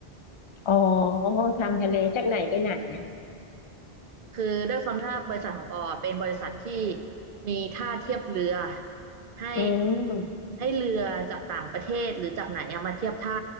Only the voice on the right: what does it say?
คือด้วยความที่ว่าบริษัทของปออะเป็นบริษัทที่มีท่าเทียบเรือให้
ให้เรือจากต่างประเทศหรือจากไหนอะมาเทียบท่า